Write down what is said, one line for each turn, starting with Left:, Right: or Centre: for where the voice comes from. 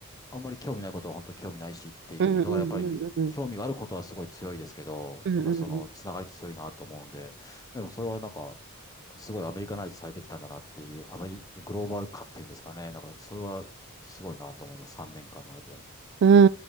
Left: あんまり興味ないことは本当興味ないしっていう。
Right: うんうんうんうん
Left: だからやっぱり、興味があることはすごい強いですけど、
Right: うんうんうん
Left: やっぱりその、つながりって強いなと思うんで、でもそれはなんか、すごいアメリカナイズされてきたんだなっていう、アメリ、グローバル化っていうんですかね。なんか、それはすごいなと思います。3年間の間に。
Right: うん。